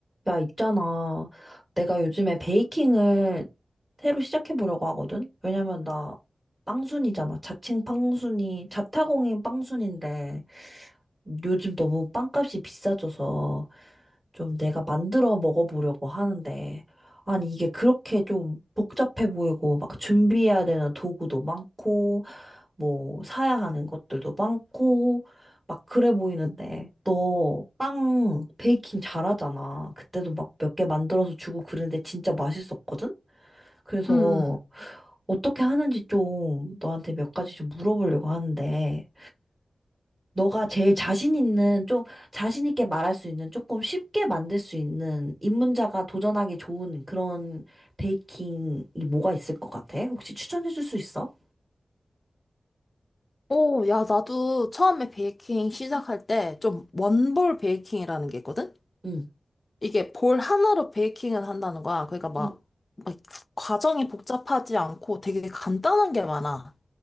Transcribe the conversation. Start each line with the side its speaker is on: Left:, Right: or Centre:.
Right: 야, 있잖아. 내가 요즘에 베이킹을 새로 시작해보려고 하거든? 왜냐면 나 빵순이잖아. 자칭 빵순이, 자타공인 빵순인데 요즘 너무 빵값이 비싸져서 좀 내가 만들어 먹어보려고 하는데 아니, 이게 그렇게 좀 복잡해 보이고 막 준비해야 되는 도구도 많고 뭐 사야 하는 것들도 많고 막 그래 보이는데 너 빵 베이킹 잘하잖아. 그때도 막 몇 개 만들어서 주고 그랬는데 진짜 맛있었거든? 그래서
Left: 응, 응.
Right: 어떻게 하는지 좀 너한테 몇 가지 좀 물어보려고 하는데 너가 제일 자신 있는 좀 자신 있게 말할 수 있는 조금 쉽게 만들 수 있는 입문자가 도전하기 좋은 그런 베이킹이 뭐가 있을 것 같아? 혹시 추천해 줄 수 있어?
Left: 오, 야, 나도 처음에 베이킹 시작할 때 좀 원볼 베이킹이라는 게 있거든?
Right: 응.
Left: 이게 볼 하나로 베이킹을 한다는 거야. 그러니까 막,
Right: 응.
Left: 막 과정이 복잡하지 않고 되게 간단한 게 많아.